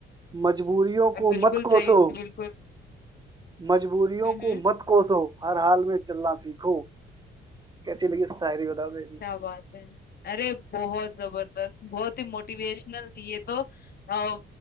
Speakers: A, on the right; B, on the left.
A: मजबूरियों को
B: बिल्कुल
A: मत कोसो
B: सही बिल्कुल
A: मजबूरियों
B: हम्म हम्म
A: को मत कोसो हर हाल में चलना सीखो कैसी लगी शायरी बता मेरी
B: क्या बात है अरे बहुत जबरदस्त बहुत ही मोटिवेशनल थी ये तो आ,